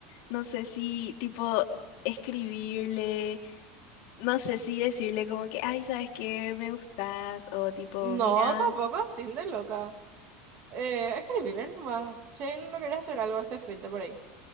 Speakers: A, on the left; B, on the right.
A: No sé si, tipo, escribirle, no sé si decirle como que, ay, ¿sabes qué? Me gustas, o tipo,
B: No,
A: mira,
B: tampoco así de loca. Eh, escribile nomás, che, no quería hacer algo este fin de por ahí.